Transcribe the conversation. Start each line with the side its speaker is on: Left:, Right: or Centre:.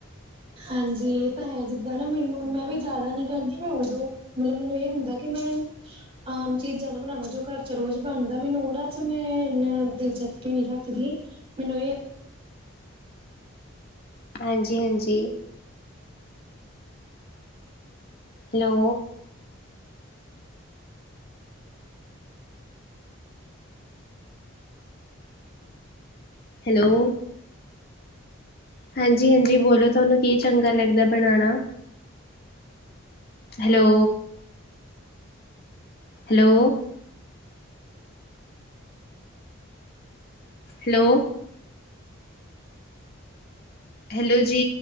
Right: ਹਾਂਜੀ ਇਹ ਤਾਂ ਹੈ ਜਿੰਦਾਂ ਨਾ ਮੈਨੂੰ ਮੈਂ ਵੀ ਜ਼ਿਆਦਾ ਨੀ ਕਰਦੀ ਮੈਂ ਉਦੋਂ ਮਤਲਬ ਮੈਨੂੰ ਇਹ ਹੁੰਦਾ ਕਿ ਮੈਂ ਆਮ ਚੀਜ਼ਾਂ ਨਾ ਬਣਾਵਾਂ ਜੋ ਘਰ ਚ ਰੋਜ਼ ਬਣਦਾ ਮੈਨੂੰ ਉਹਨਾਂ ਚ ਮੈਂ ਇਨਾ ਦਿਲਚਸਪੀ ਨੀ ਰੱਖਦੀ ਮੈਨੂੰ ਇਹ
Left: ਹਾਂਜੀ ਹਾਂਜੀ। ਹੈਲੋ। ਹੈਲੋ। ਹਾਂਜੀ ਹਾਂਜੀ ਬੋਲੋ ਤੁਹਾਨੂੰ ਕੀ ਚੰਗਾ ਲੱਗਦਾ ਬਣਾਉਣਾ। ਹੈਲੋ। ਹੈਲੋ। ਹੈਲ ਹੈਲੋ ਜੀ।